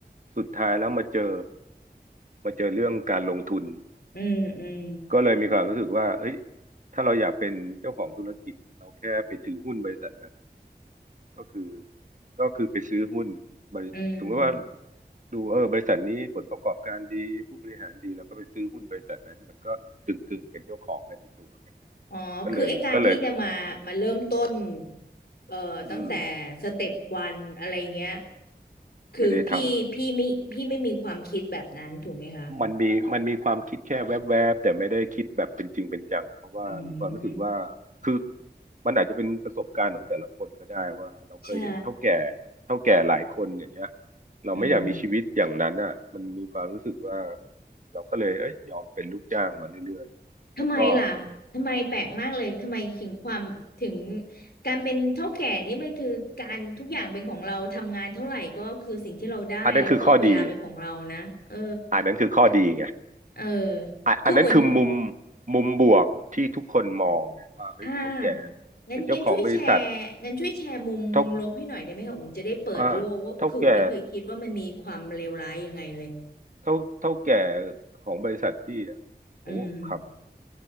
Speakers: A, on the right (about 45°); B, on the left (about 70°).
A: สุดท้ายแล้วมาเจอมาเจอเรื่องการลงทุน
B: อืมอืม
A: ก็เลยมีความรู้สึกว่าเฮ้ยถ้าเราอยากเป็นเจ้าของธุรกิจเราแค่ไปถือหุ้นบริษัทนั้นก็คือก็คือไปซื้อหุ้นบริสมมติว่า
B: อืม
A: ดูเออบริษัทนี้ผลประกอบการดีผู้บริหารดีแล้วก็ไปซื้อหุ้นบริษัทนั้นมันก็กึ่งๆเป็นเจ้าของไปในตัวไง
B: อ๋อคือไอ้การที่จะมามาเริ่มต้น
A: ก็เลยก็เลย
B: เอ่อตั้งแต่สเต็ปวันอะไรเงี้ย
A: อืม
B: คือพี่พี่ไม่พี่ไม่มีความคิดแบบนั้นถูกไหมคะ
A: ไม่ได้ทำ มันมีมันมีความคิดแค่แวบๆแต่ไม่ได้คิดแบบเป็นจริงเป็นจังเพราะว่ามีความรู้สึกว่า
B: อืม
A: คือมันอาจจะเป็นประสบการณ์ของแต่ละคนก็ได้ว่าเราเคยเห็นเฒ่าแก่เฒ่าแก่หลายคนอย่างเงี้ย
B: ใช่
A: เราไม่อยากมีชีวิตอย่างนั้นอ่ะมันมีความรู้สึกว่า
B: อืม
A: เราก็เลยเอ้ยยอมเป็นลูกจ้างมาเรื่อยๆแล้วก็
B: ทำไมล่ะทำไมแปลกมากเลยทำไมถึงความถึงการเป็นเฒ่าแก่นี่มันคือการทุกอย่างเป็นของเราทำงานเท่าไหร่ก็คือสิ่งที่เราได้แล้วก็เวลาเป็นของเรานะเออ
A: อันนั้นคือข้อดีอันนั้นคือข้อดีไง
B: เออ
A: อ่ะอันนั้นคือมุม
B: คืออุ่น
A: มุมบวกที่ทุกคนมองเนี่ยว่าเฮ้ยเฒ่าแก่
B: อ่างั้นงั้นช่วยแชร์งั้นช่วยแชร์มุมมุมลบให้หน่อยได้ไหมคะอุ่นจะได้เปิดโลกว่าคืออุ่นไม่เคยคิดว่ามันมีความเลวร้ายยังไงเลย
A: เป็นเจ้าของบริษัทเฒ่าอ่าเท่าแก่ เท่าเท่าแก่ของบริษัทพี่อะโอ้ขับ
B: อืม